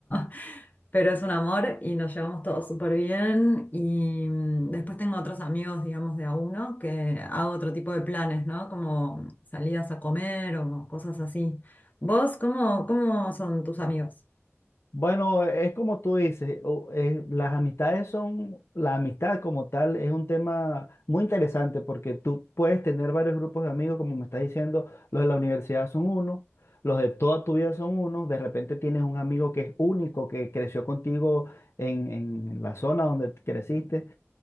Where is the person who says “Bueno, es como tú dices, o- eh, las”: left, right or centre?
Left